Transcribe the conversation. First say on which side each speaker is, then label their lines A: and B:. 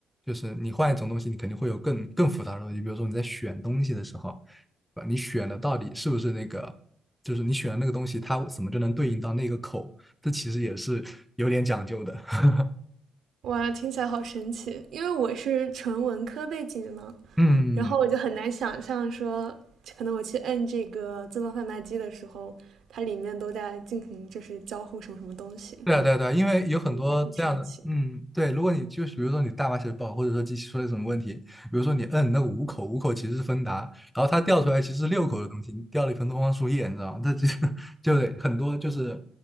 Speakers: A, in the centre; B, on the right.
A: 就是你换一种东西，你肯定会有更更复杂的东西。比如说你在选东西的时候，你选的到底是不是那个就是你选的那个东西，它怎么就能对应到那个口，这其实也是有点讲究的。<laughs>
B: 哇，听起来好神奇！因为我是纯文科背景的嘛，
A: 嗯。
B: 然后我就很难想象说，可能我去摁这个自动贩卖机的时候，它里面都在进行就是交互什么什么东西。感
A: 对啊，对啊，对啊，因为有很多这样的，
B: 觉还挺神奇。
A: 嗯，对，如果你就是比如说你代码写的不好，或者说机器出了什么问题，比如说你摁那个五口，五口其实是芬达，然后它掉出来其实是六口的东西，你掉了一盆东方树叶，你知道吗？它就是 <laughs> 就得很多就是